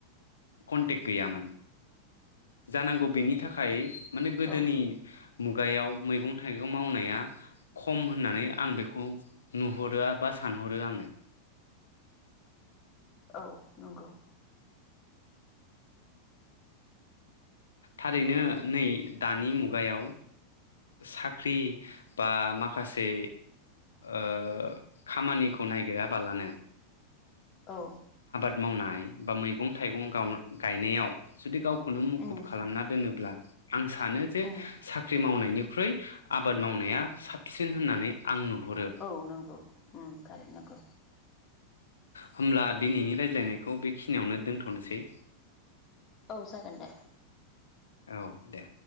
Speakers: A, on the left; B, on the left.
A: कन्टेक्ट गैयामोन जानांगौ बेनि थाखाय माने गोदोनि
B: औ
A: मुगायाव मैगं थाइगं मावनाया खम होननानै आं बेखौ नुहरो बा सानहरो आङो
B: औ नंगौ।
A: थारैनो नै दानि मुगायाव साख्रि बा माखासे ओ खामानिखौ नायागिराबालानो
B: औ
A: आबाद मावनाय बा मैगं थाइगं गायनायाव जुदि गाव खुनुम मुखुब
B: उम
A: खालामना दोनोब्ला आं सानो जे
B: उम
A: साख्रि मावनायनि ख्रुइ आबाद मावनाया साबसिन होननानै। आं नुहुरो
B: औ नगौ उम थारैनो नंगौ।
A: होमब्ला दिनैनि रायज्लायनायखौ बेखिनियावनो दोनथ'नोसै।
B: औ जागोन दे।
A: औ दे